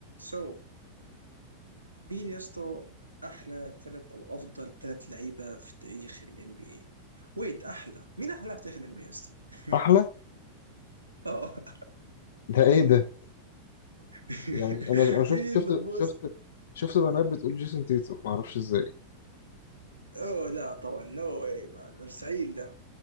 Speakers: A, on the right; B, on the left.
A: سو مين يا اسطى احلى ثلاث او افضل ثلاث لعيبه في تاريخ الام بي اي ويت احلى مين احلى لاعب في تاريخ الام بي اي يا اسطى؟ <laughs>
B: احلى
A: اه
B: ده ايه ده
A: <laughs>
B: يعني انا انا شفت
A: مين
B: شفت
A: ذا بوست
B: شفت شفت بنات بتقول جيسون تيتو ما اعرفش ازاي
A: اوه لا طبعا نو واي مان مستحيل ده